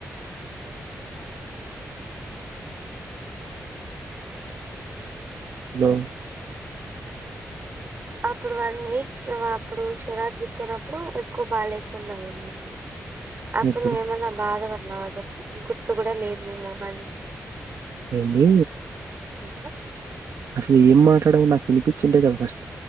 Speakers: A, on the right; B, on the right.
A: హలో
B: అప్పుడు వన్ వీక్ నువ్ అప్పుడు శివరాత్రికి పొయ్నప్పుడు ఎక్కువ బాగాలేకున్న అయినింది. అప్పుడు
A: ఎప్పుడు
B: నువ్వేమన్నా బాధపడ్నావా చెప్పు గుర్తు కూడా లేదు నీ మెహాని
A: ఏంది
B: <inaudible>
A: అసలు ఏం మాట్లాడవ్ నాకు వినిపిచ్చుంటే కదా ఫస్